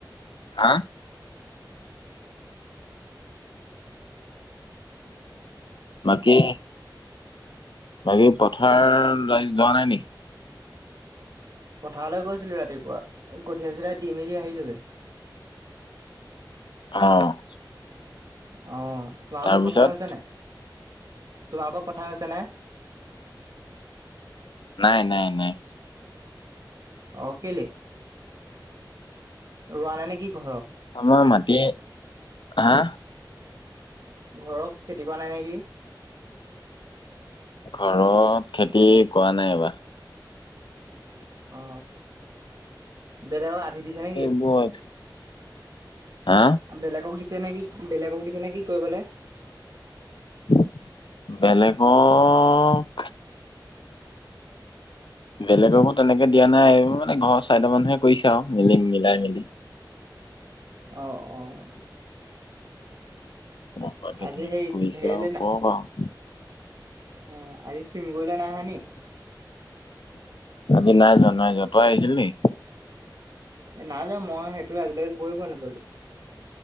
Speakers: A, on the left; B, on the right.
A: হা বাকী, বাকী পথাৰ আজি যোৱা নাই নেকি?
B: পথাৰলৈ গৈছিলো ৰাতিপুৱা কঠীয়া চঠিয়া দি মেলি আহিলোগে।
A: অ
B: অ তোমালোকৰ
A: তাৰপিছত
B: পথাৰ হৈছে নাই, তোমালোকৰ পথাৰ হৈছে নাই?
A: নাই নাই নাই।
B: অ কে'লে ৰোৱা নাই নেকি ঘৰত
A: আমাৰ মাটিয়ে হা
B: ঘৰত খেতি কৰা নাই নেকি?
A: ঘৰত খেতি কৰা নাই এইবাৰ
B: অ বেলেগক আধি দিছে নেকি?
A: <unintelligible> হা
B: বেলেগক দিছে নেকি বেলেগক দিছে নেকি কৰিবলে।
A: <inaudible> বেলেগক বেলেগকো তেনেকে দিয়া নাই এইবোৰ মানে ঘৰৰ চাৰিটা মানুহে কৰিছে আৰু মিলি মিলাই মেলি।
B: অঁ অঁ
A: <unintelligible>
B: আজি সেই
A: <unintelligible>
B: হেৰিয়ালে
A: <unintelligible>
B: অ আজি <unintelligible>
A: আজি নাই যোৱা নাই যোৱা, তই আহিছিলি নি?
B: এ নাই যোৱা মই সেইটো আজিলৈকে গৈ পোৱা নাই আচলতে